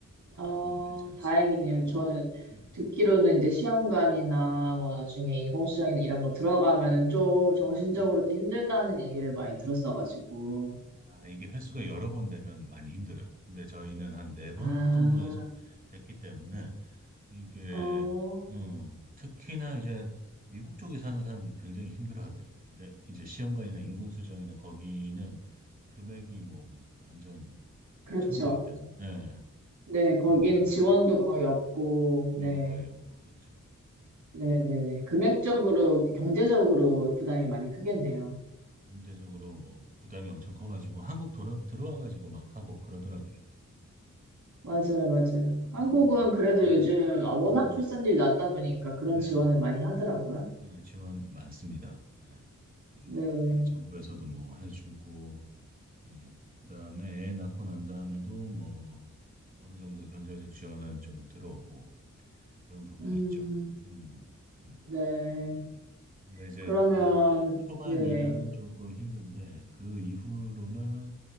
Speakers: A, on the right; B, on the right.
A: 그
B: 어,
A: 부분은 괜찮았어요.
B: 다행이네요. 저는
A: 네.
B: 듣기로는 이제 시험관이나
A: 네.
B: 뭐 나중에 인공수정이나 이런 거 들어가면은 좀 정신적으로도
A: 네.
B: 힘들다는 얘기를 많이 들었어가지고.
A: 아, 이게 횟수가 여러 번 되면 많이 힘들어요. 근데 저희는 한 네 번
B: 아,
A: 정도에서 됐기 때문에 이게
B: 어,
A: 음, 특히나 이제 미국 쪽에 사는 사람들이 굉장히 힘들어 하더라고요. 근데 이제 시험관이나 인공수정이나 거기는 금액이 뭐 완전 엄청나기
B: 그렇죠.
A: 때문에 예,
B: 네, 거기는
A: 그렇다고
B: 지원도
A: 하죠.
B: 거의 없고, 네.
A: 지원도 거의 없고 그렇죠.
B: 네네네.
A: 예,
B: 금액적으로, 경제적으로 부담이 많이 크겠네요.
A: 경제적으로 뭐 부담이 엄청 커가지고 한국 돌아, 들어와가지고 막 하고 그러더라고요.
B: 맞아요, 맞아요.
A: 음,
B: 한국은 그래도
A: 음,
B: 요즘 아, 워낙
A: 음, 음.
B: 출산율이 낮다 보니까 그런
A: 네.
B: 지원을 많이 하더라고요.
A: 네, 지원 많습니다. 네. 그
B: 네.
A: 정부에서도 뭐 해주고, 예. 그다음에 애 낳고 난 다음에도 뭐 어느 정도 경제적 지원은 좀 들어오고 그런 부분이
B: 음,
A: 있죠. 음, 음.
B: 네.
A: 근데 이제
B: 그러면,
A: 이 초반
B: 네.
A: 2년은 조금 힘든데 그 이후로는